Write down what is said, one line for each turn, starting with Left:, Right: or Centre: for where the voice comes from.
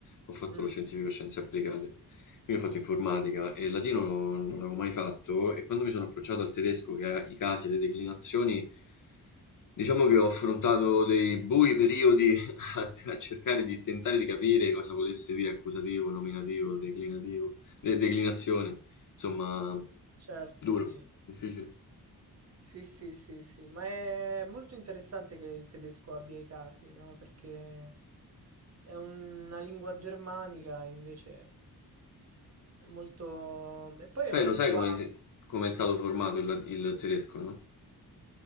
Left: Ho fatto
Right: Mm,
Left: lo scientifico scienze applicate, quindi ho fatto informatica e il latino non l'avevo mai fatto e quando mi sono approcciato al tedesco, che ha i casi, le declinazioni, Diciamo che ho affrontato dei bui periodi <laughs> a a cercare di tentare di capire cosa volesse dire accusativo, nominativo, declinativo, de- declinazione, insomma,
Right: certo,
Left: duro,
Right: sì.
Left: difficile.
Right: Sì, sì, sì, sì, ma è molto interessante che il tedesco abbia i casi, no? Perché è una lingua germanica, invece è molto... E poi è una
Left: Beh, lo
Right: lingua...
Left: sai come, si- come è stato formato il, il tedesco, no?